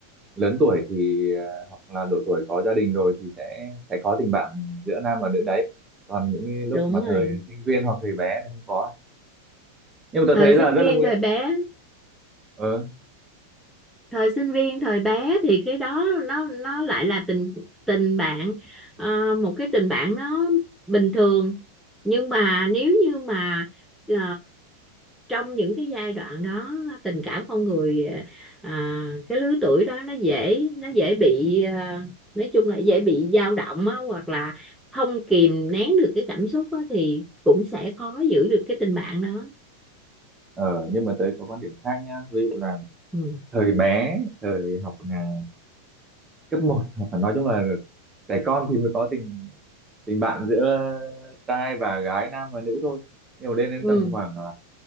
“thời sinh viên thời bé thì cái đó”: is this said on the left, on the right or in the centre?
Centre